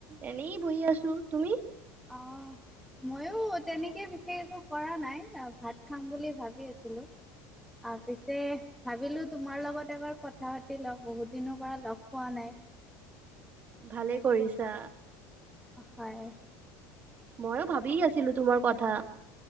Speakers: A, on the right (about 25°); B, in the centre.
A: এনেই বহি আছো, তুমি? <inaudible>
B: অ ময়ো তেনেকে বিশেষ একো কৰা নাই ভাত খাম বুলি ভাবি আছিলো। অ পিছে ভাবিলো তোমাৰ লগত এবাৰ কথা পাতি লও বহুত দিনৰ পৰা লগ পোৱা নাই।
A: ভালে কৰিছা।
B: হয়।
A: ময়ো ভাবিয়ে আছিলো তোমাৰ কথা।